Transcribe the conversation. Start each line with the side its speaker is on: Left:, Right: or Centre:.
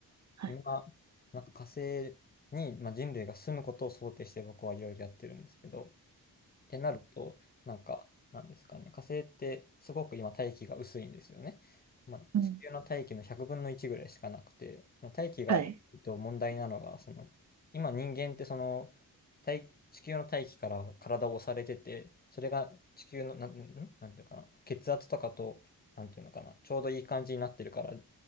Right: はい。
Left: 今、なんか火星に、まあ、人類が住むことを想定して僕はいろいろやってるんですけど、ってなると、なんか、なんですかね、火星ってすごく今大気が薄いんですよね。まあ、
Right: うん。
Left: 地球の大気の100分の1ぐらいしかなくて、その大気が、
Right: はい。
Left: えっと、問題なのが、その、今人間ってその、大、地球の大気から体を押されてて、それが地球の、なん、んなんていうかな、血圧とかと、なんていうのかな、ちょうどいい感じになってるから、